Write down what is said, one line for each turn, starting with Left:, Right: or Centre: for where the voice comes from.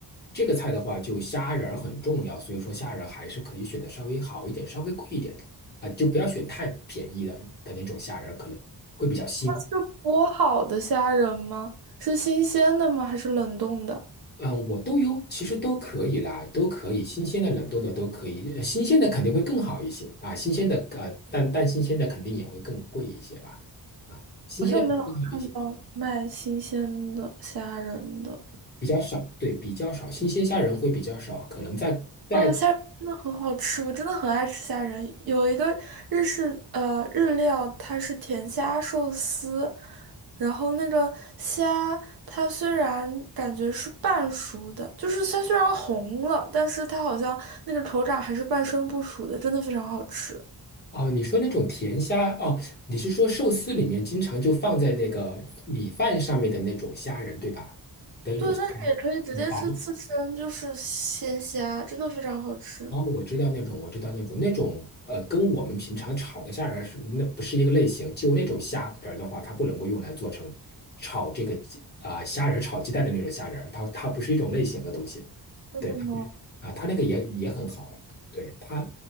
Left: 这个菜的话，就虾仁儿很重要。所以说，虾仁还是可以选择稍微好一点、稍微贵一点的啊，就不要选太便宜的的那种虾仁儿可能会比较腥。
Right: 是剥好的虾仁吗？是新鲜的吗？还是冷冻的？
Left: 嗯，我都有，其实都可以啦，都可以，新鲜的、冷冻的都可以，呃新鲜的肯定会更好一些啊，新鲜的呃，但但新鲜的肯定也会更贵一些吧，啊，新鲜的更好一些，
Right: 好像没有看到卖新鲜的虾仁的。
Left: 比较少，对，比较少，新鲜虾仁会比较少，可能在在
Right: 哦，虾仁真的很好吃，我真的很爱吃虾仁。有一个日式呃日料，它是甜虾寿司，然后那个虾它虽然感觉是半熟的，就是它虽然红了，但是它好像那个口感还是半生不熟的，真的非常好吃。
Left: 哦，你说那种甜虾哦，你是说寿司里面经常就放在那个米饭上面的那种虾仁对吧？的那种虾仁，
Right: 对，但是也可以直接吃刺身，
Left: 很薄
Right: 就是鲜虾，真的非常好吃。
Left: 哦，我知道那种，我知道那种，那种呃，跟我们平常炒的虾仁儿是那不是一个类型。就那种虾仁儿的话，它不能够用来做成炒这个鸡啊、虾仁儿炒鸡蛋的那种虾仁儿它它不是一种类型的东西。
Right: 真的吗？
Left: 对，它不是啊，它那个也也很好。对它，